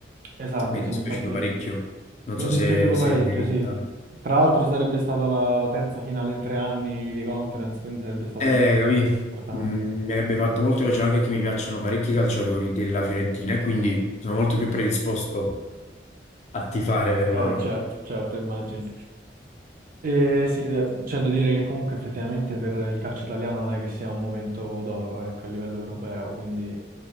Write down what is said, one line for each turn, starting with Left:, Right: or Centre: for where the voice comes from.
Right: Esatto,
Left: Mi è
Right: sì,
Left: dispiaciuto
Right: infatti
Left: parecchio.
Right: mi
Left: Non so
Right: è dispiaciuto
Left: se, se
Right: parecchio,
Left: l'hai vista.
Right: sì. Tra l'altro sarebbe stata la, la terza finale in tre anni di conference, quindi sarebbe stato
Left: Eh,
Right: comunque
Left: capì?
Right: importante.
Left: Mm, Mi avrebbe fatto molto piacere anche che mi piacciono parecchi calciatori della Fiorentina e quindi sono molto più predisposto a tifare per
Right: Eh,
Left: loro.
Right: certo, certo, immagino. E sì, beh, c'è da dire che comunque effettivamente per il calcio italiano non è che sia un momento d'oro, ecco, a livello europeo, quindi